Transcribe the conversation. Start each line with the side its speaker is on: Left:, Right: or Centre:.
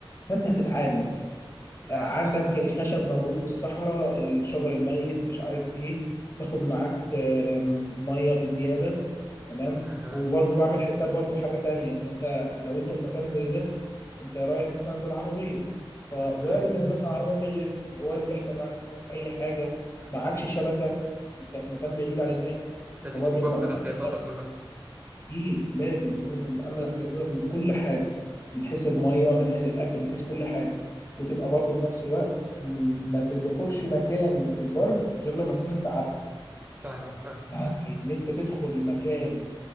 Left: فانت هتتعامل
Right: لا
Left: آه، عندك
Right: لا
Left: الخشب موجود في الصحراء الشجر الميت مش عارف ايه تاخد معاك آم، ميه بزياده تمام
Right: اها
Left: وبرضه بعمل حساب برضه حاجه تانية ان انت لو انت في مكان زي ده انت رايح مثلا بالعربيه فوارد
Right: أها.
Left: ان مثلا العربيه تغرز وارد يحصل معاك اي حاجه معكش
Right: اكيد
Left: شبكه انت في مكان بعيد عن الناس
Right: لازم
Left: فبرضه
Right: تكون بقى
Left: ببقى
Right: واخد
Left: مأمن
Right: احتياطاتك
Left: نفسي
Right: كلها
Left: اكيد لازم لازم تبقى مأمن احتياطاتك من كل حاجه من حيث الميه من حيث الاكل من حيث كل حاجه وتبقى برضه في نفس الوقت م- ما تدخلش مكان في البر غير لما تكون انت عارفه
Right: فاهمك فاهمك
Left: يعني ان انت تدخل مكان